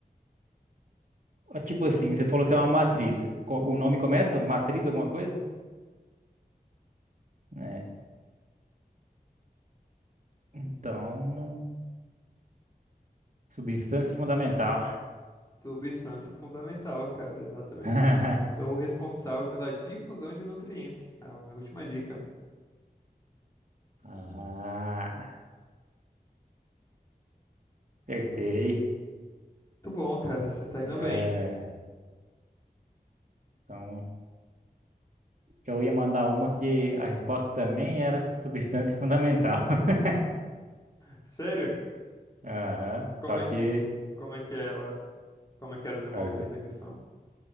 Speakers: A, on the right; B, on the left.
A: Ah, Tipo assim, você falou que é uma matriz. Co- O nome começa? Matriz alguma coisa? É. Então, não. Substância fundamental.
B: Substância fundamental, cara, exatamente.
A: <laughs>
B: Sou responsável pela difusão de nutrientes. Ah, A última dica.
A: Ah, acertei.
B: Muito bom, cara, você tá indo
A: É,
B: bem.
A: então, eu ia mandar uma que a resposta também era substância fundamental. <laughs>
B: Sério?
A: Aham.
B: Como
A: Só
B: é
A: que
B: que, como é que ela, como é que era o desenvolvimento
A: as,
B: da questão?